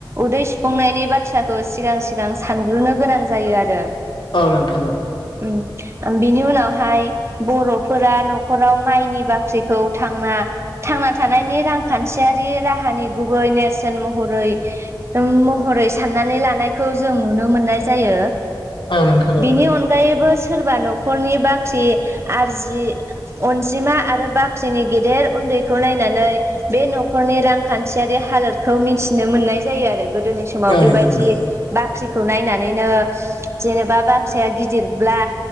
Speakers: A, on the right; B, on the left.
A: उदै सुफुंनायनि बाथ्राखौ सिगां सिगां सानग्रोनो गोनां जायो आरो।
B: औ नोंथां।
A: उम। बिनि उनावहाय बर'फोरा न'खराव माइनि बाख्रिखौ थांना थांना थानायनि रांखान्थियारि राहानि गुबै नेरसोन महरै महरै साननानै लानायखौ जों नुनो मोननाय जायो।
B: औ नोंथां
A: बिनि अनगायैबो सोरबा न'खरनि बाख्रि आरजि अनजिमा आरो बाख्रिनि गेदेर उन्दैखौ नायनानै बे न'खरनि रांखान्थियारि हालोदखौ मिथिनो मोननाय जायो आरो गोदोनि सम
B: औ
A: समाव बेबायदि बाख्रिखौ नायनानैनो जेनेबा बाख्रिया गिदिरब्ला